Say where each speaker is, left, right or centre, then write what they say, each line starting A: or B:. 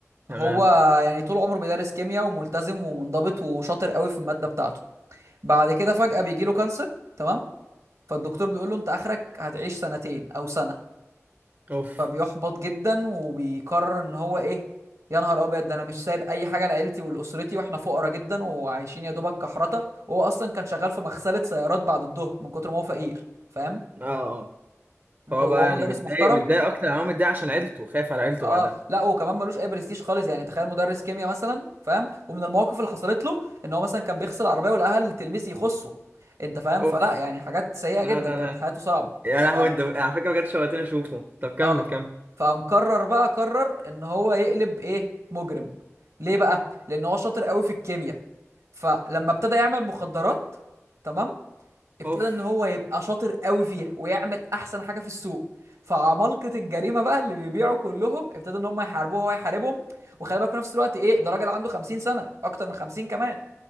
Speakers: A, on the right; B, on the right.
A: تمام
B: هو يعني طول عمره بيدرس كيمياء وملتزم ومنضبط وشاطر قوي في المادة بتاعته بعد كده فجأة بيجي له كانسر تمام فالدكتور بيقول له انت اخرك هتعيش سنتين او سنة
A: اوف
B: فبيحبط جدا وبيقرر ان هو ايه يا نهار ابيض ده انا مش سايب اي حاجة لعيلتي ولاسرتي واحنا فقراء جدا وعايشين يا دوبك كحرطة وهو اصلا كان شغال في مغسلة سيارات بعد الظهر من كتر ما هو فقير فاهم
A: اه اه
B: من
A: فهو
B: كتر- وهو
A: بقى يعني
B: مدرس
A: متضايق
B: محترم
A: متضايق اكتر انا هو متضايق عشان عيلته خايف على عيلته
B: اه
A: بعدها
B: لا وكمان ملوش اي برستيج خالص يعني تخيل مدرس كيمياء مثلا فاهم ومن المواقف اللي حصلت له ان هو مثلا كان بيغسل العربيه والاهل تلميذ يخصه انت فاهم
A: اوف
B: فلا يعني حاجات سيئه
A: لا
B: جدا
A: لا
B: كانت
A: لا
B: حياته صعبه
A: يا لهوي
B: ف...
A: انت على فكره بجد شوقتني اشوفه طب كمل
B: اه
A: كمل
B: فمقرر بقى قرر ان هو يقلب ايه مجرم ليه بقى لان هو شاطر قوي في الكيمياء فلما ابتدى يعمل مخدرات تمام ابتدى
A: اوف
B: ان هو يبقى شاطر قوي فيها ويعمل احسن حاجه في السوق فعمالقه الجريمه بقى اللي بيبيعوا كلهم ابتدوا ان هم يحاربوه وهو يحاربهم وخلي بالك في نفس الوقت ايه ده راجل عنده 50 سنه اكتر من 50 كمان